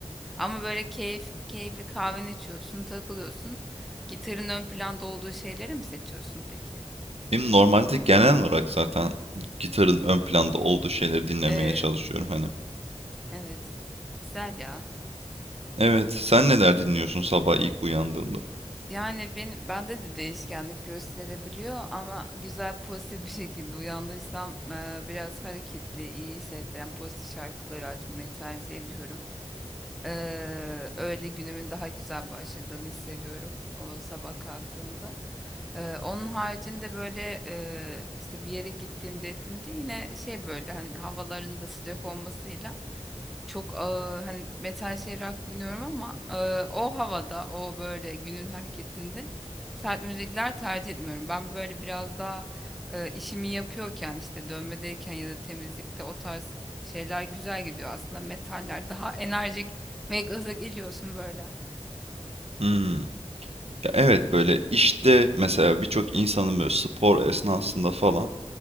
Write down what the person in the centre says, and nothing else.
Ama böyle keyif keyifli kahveni içiyorsun, takılıyorsun. Gitarın ön planda olduğu şeyleri mi seçiyorsun peki?
Evet.
Evet. Güzel ya.
Yani benim bende de değişkenlik gösterebiliyor ama güzel pozitif bir şekilde uyandıysam e, biraz hareketli, iyi hissettiren pozitif şarkıları açmayı tercih ediyorum. Eee, öyle günümün daha güzel başladığını hissediyorum o sabah kalktığımda. Eee, onun haricinde böyle eee, işte bir yere gittiğimde ettiğimde yine şey böyle hani havaların da sıcak olmasıyla çok e, hani metal şey rock dinliyorum ama e, o havada o böyle günün hareketinde sert müzikler tercih etmiyorum. Ben böyle biraz daha e, işimi yapıyorken işte dövmedeyken ya da temizlikte o tarz şeyler güzel gidiyor. Aslında metaller daha enerjik ve gaza geliyorsun böyle.